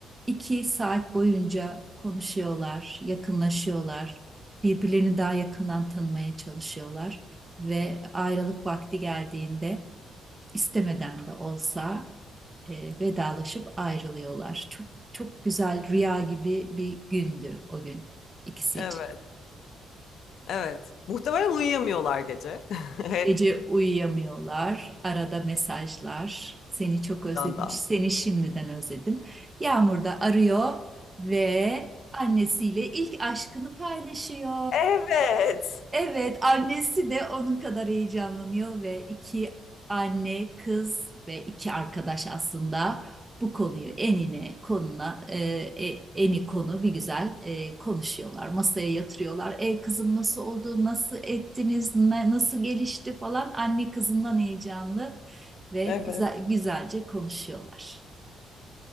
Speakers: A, on the right; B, on the left.
A: iki saat boyunca konuşuyorlar, yakınlaşıyorlar, birbirlerini daha yakından tanımaya çalışıyorlar ve ayrılık vakti geldiğinde istemeden de olsa e, vedalaşıp ayrılıyorlar. Çok çok güzel rüya gibi bir gündü o gün ikisi
B: Evet,
A: için.
B: evet. Muhtemelen uyuyamıyorlar gece <laughs>
A: Gece uyuyamıyorlar, arada mesajlar. Seni çok özledim,
B: heyecandan.
A: seni şimdiden özledim. Yağmur da arıyor ve annesiyle ilk aşkını paylaşıyor.
B: Evet.
A: Evet, annesi de onun kadar heyecanlanıyor ve iki anne, kız ve iki arkadaş aslında bu konuyu enine konuna e, e, eni konu bir güzel e, konuşuyorlar. Masaya yatırıyorlar. E kızım nasıl oldu? Nasıl ettiniz? na- nasıl gelişti falan. Anne kızından heyecanlı ve
B: Evet.
A: güzel güzelce konuşuyorlar.